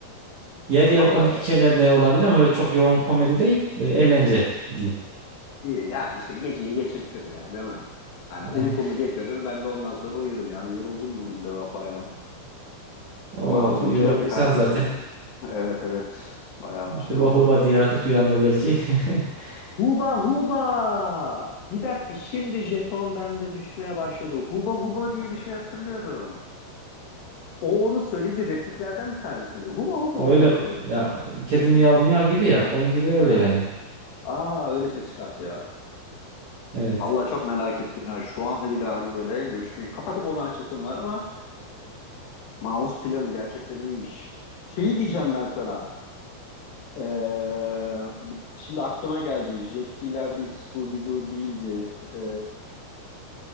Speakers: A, on the left; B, on the right.
A: Eğlenceli.
B: Yer yer
A: Valla
B: komik şeyler de olabilir ama öyle çok yoğun komedi değil. E, eğlence diyeyim.
A: İyi yani işte geceyi geçirtir ya değil mi? Hani
B: <laughs>
A: uykumu getirir ben de ondan sonra uyurum yani yoruldum bugün de bayağı.
B: O
A: Mazur
B: yorulduysan
A: Pilami kardeşim
B: zaten
A: benim. Evet evet bayağı bir şey
B: huba
A: oldu.
B: huba diye artık rüyanda belki. <laughs>
A: Huba huba! Bir dakika şimdi jeton bende düşmeye başladı. Huba huba diye bir şey hatırlıyorum. O onu söyledi repliklerden bir tanesi miydi? Huba huba
B: Öyle
A: huba diye.
B: ya kedi miyav miyav gibi ya. Onunki de öyle
A: Ha.
B: yani.
A: Aa öyle ses çıkartıyor.
B: Evet.
A: Vallahi çok merak ettim ya. Şu anda bile hani böyle görüşmeyi kapatıp onu açasım var ama Mouse planı gerçekten iyiymiş. Şeyi diyeceğim ben sana. Ee, bir- şimdi aklıma geldi. Jetgiller değil, Scooby-Doo değildi. Ee,